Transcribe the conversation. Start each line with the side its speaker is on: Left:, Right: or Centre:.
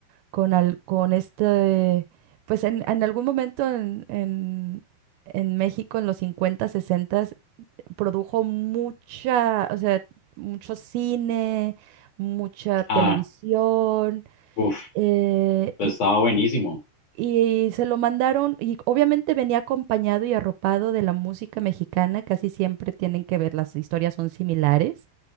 Right: con, al- con este, pues en, en algún momento en, en, en México, en los 50 60, produjo mucha, o sea, mucho cine, mucha televisión
Left: Ah, uff,
Right: Eh,
Left: pues estaba buenísimo.
Right: y se lo mandaron, y obviamente venía acompañado y arropado de la música mexicana, casi siempre tienen que ver, las historias son similares.